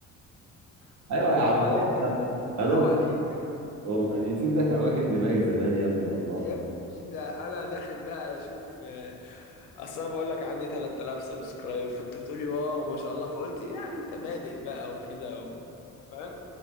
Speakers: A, on the left; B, on the right.
A: <laughs>
B: ايوه يا
A: حرام
B: عم
A: عليك
B: هو انا
A: يا جدع حرام
B: أنا
A: عليك يا جدع
B: والله اليوتيوب ده كان واكل دماغي زمان يا ابني والله
A: يا ابني ده انا داخل بقى اشوف آه، اصل انا بقول لك عندي 3000 سبسكرايب فانت بتقولي واو ما شاء الله فقلت إيه يعني انت بادئ بقى وكده و... فاهم